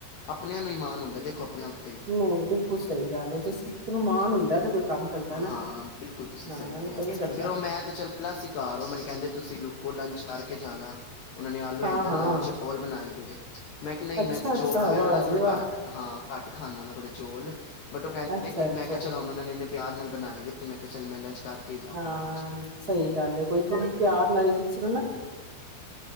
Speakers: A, on the left; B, on the right.
A: ਆਪਣਿਆਂ ਨੂੰ ਹੀ ਮਾਣ ਹੁੰਦਾ ਦੇਖੋ ਆਪਨੇ ਉੱਤੇ
B: ਨਹੀਂ ਬਿਲਕੁਲ ਸਹੀ ਗੱਲ ਐ, ਜਿਸ ਕਿਸੇ ਨੂੰ ਮਾਣ ਹੁੰਦਾ ਤੇ ਕੋਈ ਕੰਮ ਕਰਦਾ
A: ਹਾਂ
B: ਨਾ।
A: ਬਿਲਕੁਲ ਤੁਸੀਂ
B: ਹਾਂ,
A: ਸਹੀ
B: ਐਵੇਂ
A: ਕਿਹਾ
B: ਤਾਂ ਨੀ ਕਰਦਾ,
A: ਫਿਰ ਉਹ ਮੈਂ ਤੇ ਚੱਲਾ ਸੀ ਘਰ ਉਹ ਮੈਨੂੰ ਕਹਿੰਦੇ ਤੁਸੀਂ ਲੁ ਕੋ ਲੰਚ ਕਰਕੇ ਜਾਣਾ। ਉਹਨਾਂ ਨੇ ਆਲੂ ਬੈਗਨ
B: ਹਾਂ-ਹਾਂ।
A: ਨਾਲ ਚੋਲ ਬਣਾਏ ਮੈਂ ਕਿਹਾ ਨਹੀਂ
B: ਅੱਛਾ-ਅੱਛਾ,
A: ਮੈਂ ਚੋਲ ਵਗੈਰਾ
B: ਵਾਹ
A: ਨਾ ਥੋੜੇ
B: ਜੀ ਵਾਹ,
A: ਘਟ ਹਾਂ ਘੱਟ ਖਾਨਾ ਮੈਂ ਥੋੜੇ ਚੌਲ ਬਟ ਉਹ ਕਹਿੰਦੇ
B: ਅੱਛਾ-ਅੱਛਾ,
A: ਕਿ ਮੈਂ ਕਿਹਾ ਚਲੋ ਉਹਨਾਂ ਨੇ ਇਹਨੇ ਪਿਆਰ ਨਾਲ ਬਣਾਏ ਦੇ ਮੈਂ ਕਿਹਾ ਚਲ ਮੈਂ ਲੰਚ ਕਰਕੇ ਹੀ ਜਾਵਾਂਗਾ
B: ਹਾਂ
A: ਅੱਜ
B: ਸਹੀ ਗੱਲ ਹੈ ਕੋਈ ਕਿਊ ਨੀ ਪਿਆਰ ਨਾਲ ਹੀ ਸਹੀ